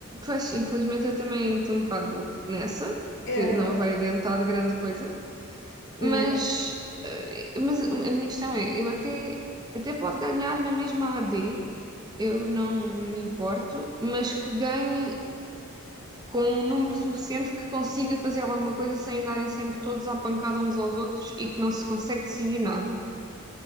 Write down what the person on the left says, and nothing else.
é,
não
é?
É.